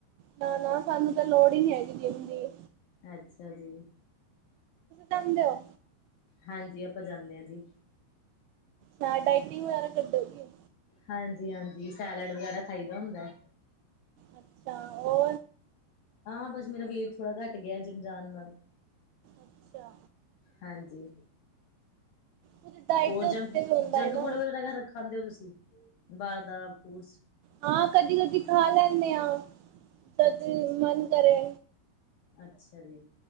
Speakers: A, on the right; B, on the left.
A: ਨਾ-ਨਾ, ਸਾਨੂੰ ਤਾਂ ਲੋੜ ਈ ਨੀ ਜਿੰਮ ਦੀ,
B: ਅੱਛਾ ਜੀ।
A: ਜਾਂਦਿਓ,
B: ਹਾਂਜੀ ਆਪਾਂ ਜਾਂਨੇ ਆ ਜੀ।
A: ਨਾ ਡਾਇਟਿੰਗ ਵਗੈਰਾ ਕਰਦੇ, ਗੀ
B: ਹਾਂਜੀ-ਹਾਂਜੀ, ਸੈਲਡ ਵਗੈਰਾ ਖਾਈਦਾ ਹੁੰਦਾ।
A: ਅੱਛਾ, ਉਹ
B: ਹਾਂ ਬਸ ਮੇਰਾ ਵੇਟ ਥੋੜ੍ਹਾ ਘੱਟ ਗਿਆ ਜਿਮ ਜਾਣ ਨਾਲ,
A: ਅੱਛਾ।
B: ਹਾਂਜੀ,
A: ਕੁਝ ਡਾਇਟ
B: ਹੋਰ
A: ਦੇ ਉੱਤੇ
B: ਜੰਕ
A: ਵੀ ਹੁੰਦਾ
B: ਜੰਕ
A: ਹੈ ਨਾ
B: ਫੂਡ ਵਗੈਰਾ ਰ ਖਾਂਦੇ ਹੋ ਤੁਸੀਂ, ਬਾਹਰ ਦਾ ਫੂਡਸ,
A: ਹਾਂ, ਕਦੀ ਕਦੀ ਖਾ ਲੈਂਦੇ ਹਾਂ, ਤਦ
B: ਅੱਛਾ ਅੱਛਾ
A: ਮਨ ਕਰੇ।
B: ਅੱਛਾ ਜੀ,